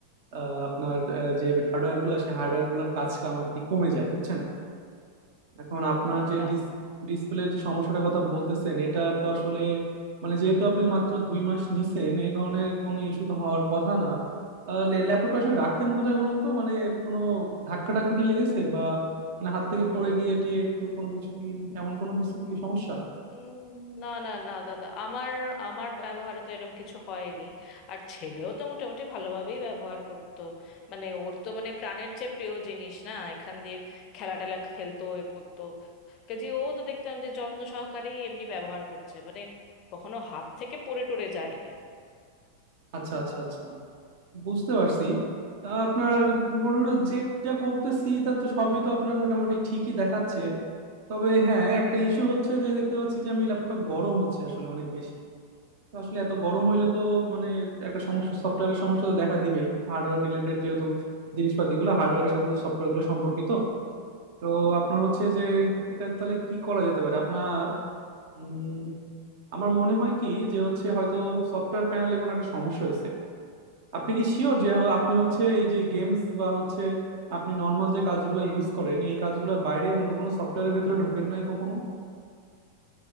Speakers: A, on the right; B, on the left.
A: আহ, আপনার আহ, যে হার্ডওয়্যার গুলা সেই হার্ডওয়্যার গুলার কাজ কাম আর কি কমে যায় বুঝছেন এখন আপনার
B: আচ্ছা।
A: যে ডিসপ্লের যে সমস্যাটার কথা বলতেছেন এটা তো আসলে মানে যেহেতু আপনি মাত্র দুই মাস নিছেন এই ধরনের কোনো ইস্যু তো হওয়ার কথা না ল্যাপটপটা আসলে রাখতেন কোথায় বলুন তো মানে কোনো ধাক্কা টাক্কা কি লেগেছে বা মানে হাত থেকে পড়ে গিয়ে টিয়ে একটু কোনো কিছু কি এমন কোনো কিছু কি সমস্যা
B: উম, না না না দাদা আমার আমার ব্যবহারে তো এরকম কিছু হয়নি আর ছেলেও তো মোটামুটি ভালোভাবেই ব্যবহার করতো মানে ওর তো মানে প্রাণের চেয়ে প্রিয় জিনিস না এখান দিয়ে খেলা টেলা খেলতো এ করতো কাজে ও তো দেখতাম যে যত্ন সহকারেই এমনি ব্যবহার করছে মানে কখনো হাত থেকে পড়ে টরে যায়নি
A: আচ্ছা আচ্ছা আচ্ছা বুঝতে পারছি আহ, আপনার মোটামুটি যে যা করতেছি তা তো সবই তো আপনার মোটামুটি ঠিকই দেখাচ্ছে তবে হ্যাঁ একটা ইস্যু হচ্ছে যে দেখতে পাচ্ছি যে আমি ল্যাপটপটা গরম হচ্ছে আসলে অনেক বেশি তো আসলে এত গরম হইলে তো মানে একটা সমস্যা সফটওয়্যারের সমস্যা তো দেখা দিবেই হার্ডওয়্যার রিলেটেড যেহেতু জিনিসপাতি গুলো হার্ডওয়্যারের সাথে সফটওয়্যার গুলো সম্পর্কিত তো আপনার হচ্ছে যে এটা তাহলে কি করা যেতে পারে আপনার উম, আমার মনে হয় কি যে হচ্ছে হয়তো সফটওয়্যার প্যানেলে কোনো একটা সমস্যা হয়েছে আপনি কি শিওর যে হ- আপনি হচ্ছে এই যে গেমস বা হচ্ছে আপনি নর্মাল যে কাজগুলো ইউজ করেন এই কাজগুলোর বাইরে অন্য কোনো সফটওয়্যারের ভেতরে ঢোকেন নাই কখনো